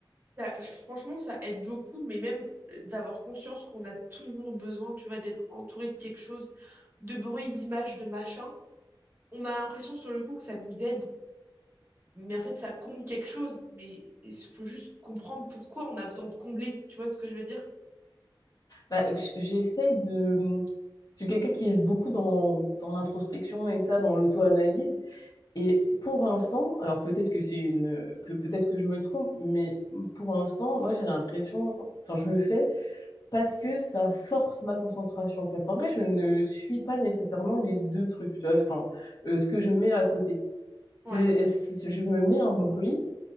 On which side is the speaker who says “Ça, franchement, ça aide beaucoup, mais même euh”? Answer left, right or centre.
Right